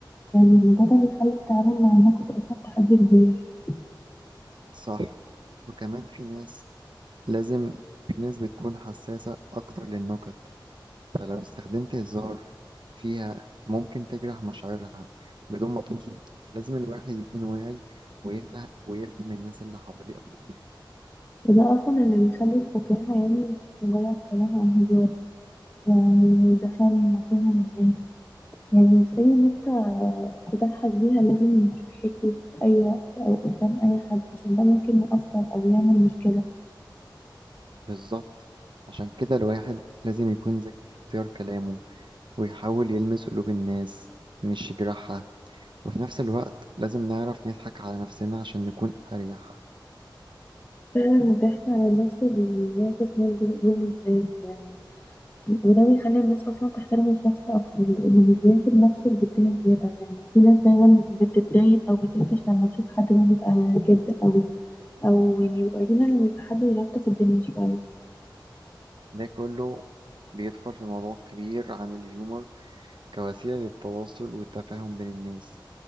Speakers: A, on the left (about 25°); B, on the right (about 75°).
A: يعني الموضوع ده بيخلي التعامل مع النقد أصلا تحدي كبير
B: صح وكمان في ناس لازم في ناس بتكون حساسة أكتر للنكت فلو استخدمت هزار فيها ممكن تجرح مشاعرها بدون ما تقصد فلازم الواحد يكون واعي ويفهم ويفهم الناس اللي حواليه أكتر
A: وده أصلا اللي بيخلي الفكاهة يعني مش مجرد كلام أو هزار يعني ده فن وفهم للناس يعني مش أي نكتة تضحك بيها لازم تتحكي في أي وقت أو قدام أي حد عشان ده ممكن يأثر أو يعمل مشكلة
B: بالظبط عشان كده الواحد لازم يكون ذكي في اختيار كلامه ويحاول يلمس قلوب الناس مش يجرحها وفي نفس الوقت لازم نعرف نضحك على نفسنا عشان نكون أريح
A: فعلا الضحك على النفس بيعكس نضج وقبول الذات يعني وده بيخلي الناس أصلا تحترم الشخص أكتر لأنه مش بياخد نفسه بجدية زيادة يعني في ناس دايما بتتضايق أو بتقفش لما تشوف حد اللي هو بيبقى جد قوي أو يعني بيبقى عايزين إن يبقى حد يلطف الدنيا شوية
B: ده كله بيدخل في موضوع كبير عن الهيومر كوسيلة للتواصل والتفاهم بين الناس